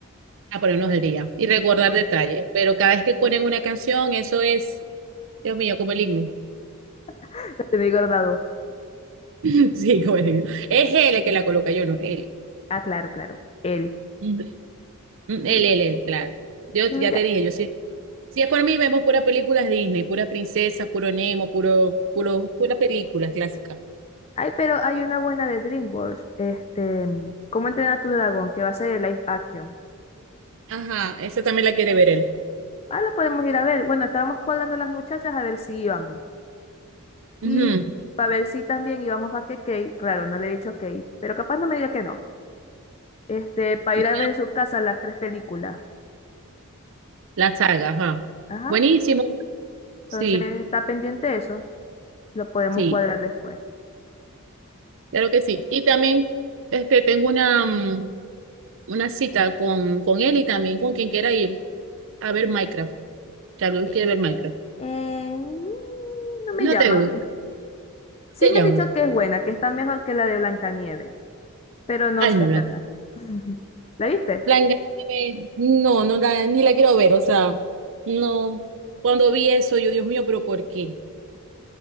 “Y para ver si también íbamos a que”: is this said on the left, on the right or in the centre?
Left